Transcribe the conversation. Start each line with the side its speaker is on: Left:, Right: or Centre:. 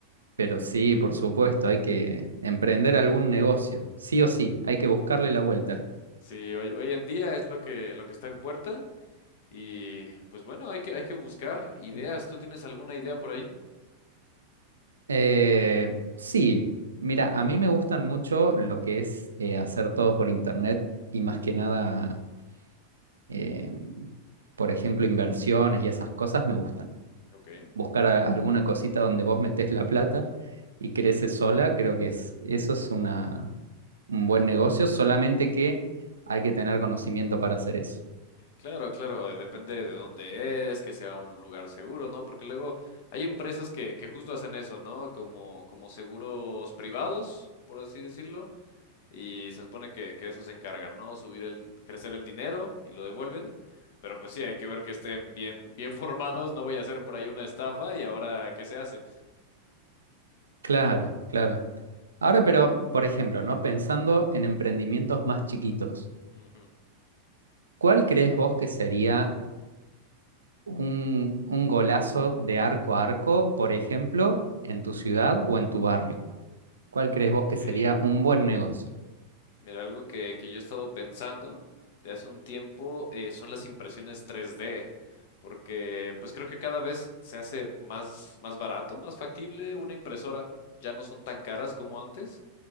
Right: Pero sí, por supuesto, hay que emprender algún negocio, sí o sí, hay que buscarle la vuelta.
Left: Sí, hoy, hoy en día es lo que, lo que está en puerta y pues bueno, hay que, hay que buscar ideas. ¿Tú tienes alguna idea por ahí?
Right: Eh, sí, mira, a mí me gustan mucho lo que es eh, hacer todo por internet y más que nada, eh, por ejemplo, inversiones y esas cosas me gustan.
Left: Ok.
Right: Buscar a- alguna cosita donde vos metés la plata y crece sola, creo que es, eso es una, un buen negocio, solamente que hay que tener conocimiento para hacer eso.
Left: Claro, claro, eh, depende de dónde es, que sea un lugar seguro, ¿no? Porque luego hay empresas que, que justo hacen eso, ¿no? Como, como seguros privados, por así decirlo, y se supone que, que eso se encargan, ¿no? Subir el, crecer el dinero y lo devuelven. Pero pues sí, hay que ver que estén bien, bien <laughs> formados, no voy a hacer por ahí una estafa y ahora, ¿qué se hace?
Right: Claro, claro. Ahora, pero, por ejemplo, ¿no? Pensando en emprendimientos más chiquitos,
Left: Ujú.
Right: ¿cuál crees vos que sería un, un golazo de arco a arco, por ejemplo, en tu ciudad o en tu barrio? ¿Cuál crees
Left: Ok.
Right: vos que sería un buen negocio?
Left: Mira, algo que, que yo he estado pensando de hace un tiempo eh, son las impresiones 3D, porque pues creo que cada vez se hace más, más barato, más factible una impresora. Ya no son tan caras como antes